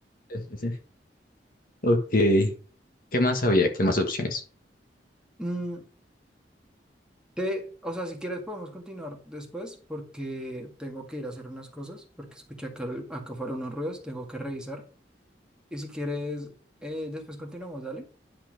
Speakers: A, on the left; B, in the centre.
A: <laughs> ok. ¿Qué más había? ¿Qué más opciones?
B: Mm, te, o sea, si quieres podemos continuar después porque tengo que ir a hacer unas cosas porque escuché acá, acá fueron unos ruidos, tengo que revisar. Y si quieres, eh, después continuamos, dale.